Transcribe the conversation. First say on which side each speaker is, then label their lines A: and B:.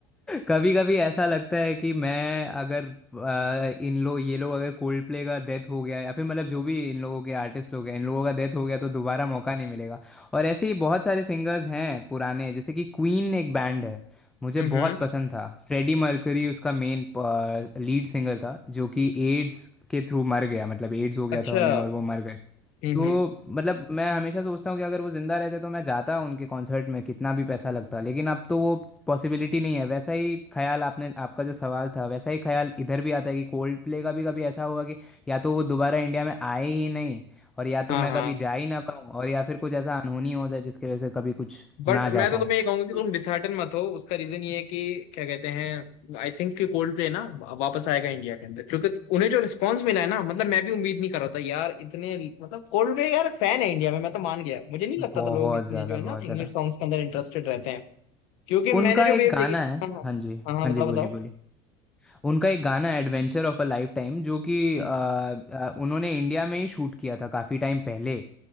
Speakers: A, in the centre; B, on the left.
A: कभी कभी ऐसा लगता है कि मैं अगर अ, इन लोग ये लोग अगर कोल्ड प्ले का डेथ हो गया या फिर मतलब जो भी इन लोगों के आर्टिस्ट लोग हैं इन लोगों का डेथ हो गया तो दोबारा मौका नहीं मिलेगा और ऐसे ही बहुत सारे सिंगर्स हैं पुराने जैसे कि क्वीन एक बैंड है मुझे
B: हम्म हम्म
A: बहुत पसंद था फ्रेडी मर्करी उसका मेन लीड सिंगर था जो कि एड्स के थ्रू मर गया मतलब एड्स हो गया
B: अच्छा
A: था उन्हें और वो मर गए
B: हम्म
A: तो
B: हम्म
A: मतलब मैं हमेशा सोचता हूँ कि अगर वो जिंदा रहते तो मैं जाता उनके कॉन्सर्ट में कितना भी पैसा लगता लेकिन अब तो वो पॉसिबिलिटी नहीं है वैसा ही ख्याल आपने आपका जो सवाल था वैसा ही ख्याल इधर भी आता है कि कोल्ड प्ले का भी कभी ऐसा होगा कि या तो वो दोबारा इंडिया में आए ही नहीं और या तो
B: हाँ
A: मैं
B: हाँ
A: कभी जा ही ना पाऊँ और या फिर कुछ ऐसा अनहोनी हो जाए जिसकी वजह से कभी कुछ
B: बट
A: ना
B: मैं
A: जा
B: तो
A: पाऊँ
B: तुम्हें ये कहूंगा कि
A: तो
B: तुम डिसहार्टन मत हो उसका रीजन ये है कि क्या कहते हैं आई थिंक कि कोल्ड प्ले ना वा- वापस आएगा इंडिया के अंदर क्योंकि उन्हें जो रिस्पांस मिला है ना मतलब मैं भी उम्मीद नहीं कर रहा था यार इतने मतलब कोल्ड प्ले यार फैन है इंडिया में मैं तो मान गया मुझे नहीं लगता
A: बहुत
B: था लोग इतने
A: ज़्यादा
B: जो है ना
A: बहुत
B: इंग्लिश
A: ज़्यादा
B: सॉन्ग्स के अंदर इंटरेस्टेड रहते हैं क्योंकि
A: उनका
B: मैंने जो वेव
A: एक गाना
B: देखी
A: है
B: हाँ हाँ
A: हाँ जी
B: हाँ हाँ
A: हाँ
B: बताओ
A: जी बोलिए
B: बताओ
A: बोलिए उनका एक गाना adventure of a lifetime जो कि
B: हम्म
A: अ, अ, उन्होंने इंडिया में ही शूट किया था काफ़ी टाइम पहले